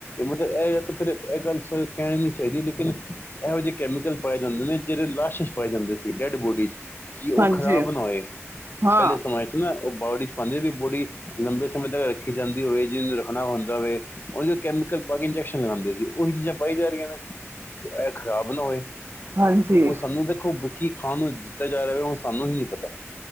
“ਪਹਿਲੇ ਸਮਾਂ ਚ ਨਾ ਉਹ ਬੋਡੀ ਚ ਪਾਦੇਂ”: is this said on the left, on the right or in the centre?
Left